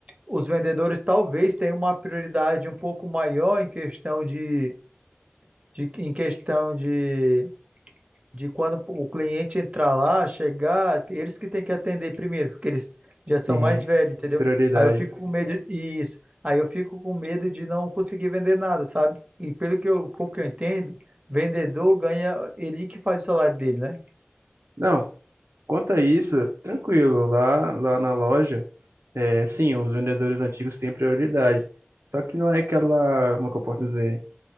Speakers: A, on the right; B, on the right.
A: os vendedores talvez tenham uma prioridade um pouco maior em questão de de- em questão de, de quando o cliente entrar lá, chegar, eles que têm que atender primeiro, porque eles já
B: Sim.
A: são mais velhos, entendeu?
B: Prioridade.
A: Aí eu fico com medo, isso. Aí eu fico com medo de não conseguir vender nada, sabe? E pelo que eu, pouco que eu entendo, vendedor ganha, ele que faz o salário dele, né?
B: Não, quanto a isso, tranquilo. Lá, lá na loja, é, sim, os vendedores antigos têm prioridade. Só que não é aquela, como é que eu posso dizer?